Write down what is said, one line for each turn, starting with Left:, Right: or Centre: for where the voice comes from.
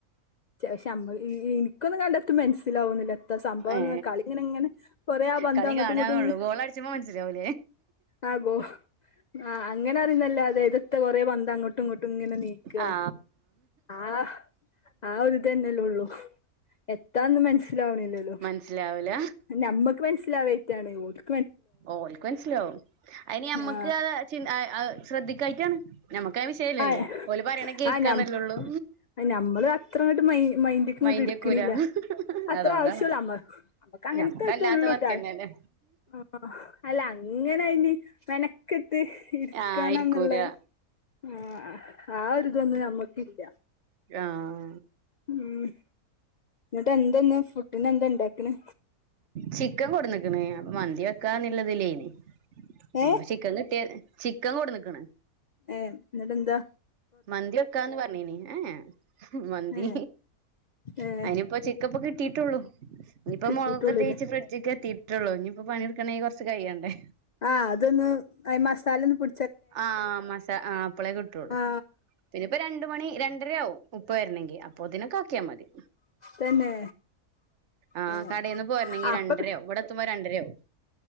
Left: പക്ഷെ ഞമ്മ ഇ ഇ ഇനിക്കൊന്നും കണ്ടട്ട് മനസ്സിലാവുന്നില്ല ത്താ സംഭവന്ന്
Right: ഏ
Left: കളി ങ്ങനെ ങ്ങനെ കൊറേ ആ പന്ത്
Right: കളി
Left: അങ്ങട്ടും
Right: കാണാന്നള്ളൂ
Left: ഇങ്ങട്ടും ഇങ്‌
Right: ഗോൾ അടിച്ചുമ്പോ മനസ്സിലാവൂലേ
Left: ആ ഗോ ആഹ് അങ്ങനെ അറിന്നല്ലാതെ ഇദെത്ത കൊറെ പന്ത് അങ്ങട്ടും ഇങ്ങോട്ടും ങ്ങനെ നീക്ക
Right: ആ
Left: ആഹ് ആ ഒരുതെന്നെല്ലെള്ളു എത്താന്ന് മനസ്സിലാവുണില്ല
Right: മനസ്സിലാവുല
Left: ഞമ്മക്ക് മനസ്സിലാവയ്റ്റാണ് ഓല്
Right: ഓൽക്ക് മനസിലവും അയിന് ഞമ്മക്ക്
Left: ആ
Right: അഹ് ക്ഷേ അഹ് അഹ് ശ്രദ്ധിക്കായിറ്റാണ് നമ്മക്ക് അദ് വിഷയല്ലല്ലോ
Left: ആ
Right: ഓല് പറയണ കേൾക്കാന്നല്ലേള്ളൂ
Left: ആ നമ്മള് അത്രങ്‌ട്ട് മൈ മൈ ഇഗണ്ട്
Right: മൈന്റെക്കൂല
Left: ഇട്ക്ക്ണില്ല അത്ര
Right: അതുകൊണ്ടാണ്
Left: ആവശ്യള്ളൂ അമ്മ അമ്മക്ക് അങ്ങനത്തെതൊള്ളൂ
Right: ഞമ്മക്കല്ലാത്ത വർക്കന്നെല്ലേ
Left: ട്ടോ ആ അല്ല അങ്ങനയ്ന് മെനക്കെട്ട് ഇരിക്കണന്നുള്ള
Right: ആഹ് ഇരിക്കൂല
Left: ആഹ് ആ ഒരുദിതൊന്നും നമ്മക്കില്ല
Right: ആഹ്
Left: ഉ ന്നിട്ട് എന്തന്ന് ഫുഡിനന്താ ഇണ്ടാക്ക്ണ്
Right: ചിക്കൻ കൊട്ന്നിക്ക്ണ് അപ്പൊ മന്തി വെക്കാന്നുള്ളതിലെന്ന്
Left: ഏ
Right: എ ശേ ന്ന്ട്ട്യാ ചിക്കൻ കൊട്ന്ന്ക്ക്ണ്
Left: ഏ ന്നിട്ടെന്താ
Right: മന്തി വെക്കാന്ന് പറഞ്ഞീനി ഏഹ് ഏ മന്തി
Left: ഏ ഏ
Right: അയിനിപ്പ ചി ക്കൻ ഇപ്പ കിട്ടിട്ടുള്ളു ഇഞ്ഞിപ്പ
Left: കിട്ടിട്ടുള്ളൂല്ലേ
Right: മുളകൊക്കെ തേച്ച് ഫ്രിഡ്ജ്ക്ക എത്തി ട്ടെള്ളൂ ഇനിയിപ്പ പണിട്ക്കണങ്കി കൊറച്ച് കയിയണ്ടേ
Left: ആഹ് അതൊന്ന് അയ് മസാലൊന്ന് പി
Right: ആഹ് മസാ ആ അപ്പളെ കിട്ടള്ളൂ
Left: ആ
Right: ഇനിപ്പ രണ്ട് മണി രണ്ടരയാവും ഉപ്പ വരണങ്കി അപ്പൊയ്തിനൊക്കെ ആക്കിയാ മതി
Left: തന്നെ
Right: ആഹ്
Left: ഏ
Right: കടയിന്ന് പോരണെങ്കി
Left: അപ്പ
Right: രണ്ടരവും ഇവിടെ എത്തുമ്പോ രണ്ടരാവും